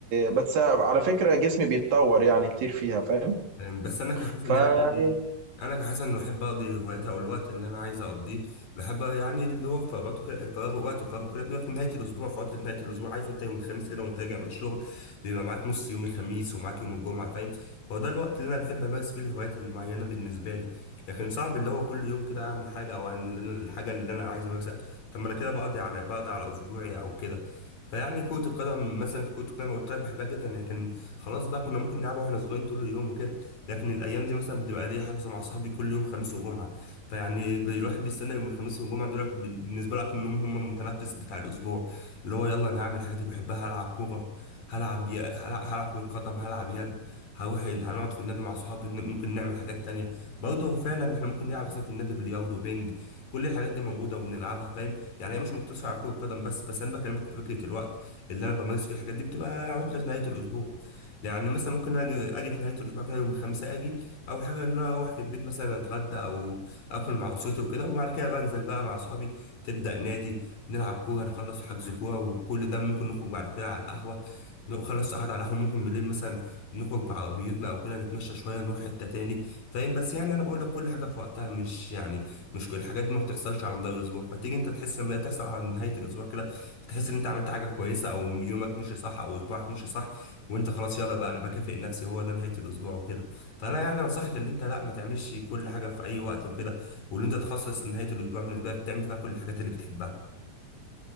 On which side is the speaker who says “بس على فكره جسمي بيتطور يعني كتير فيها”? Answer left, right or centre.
Right